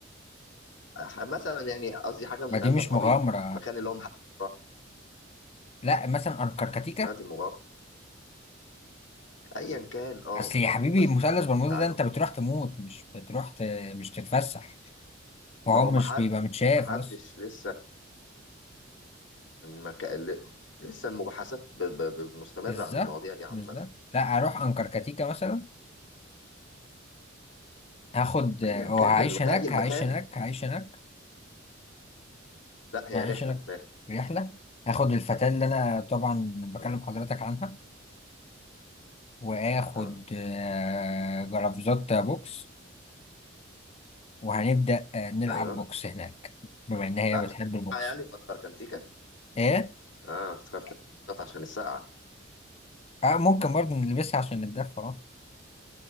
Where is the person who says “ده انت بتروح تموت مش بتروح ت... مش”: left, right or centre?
Left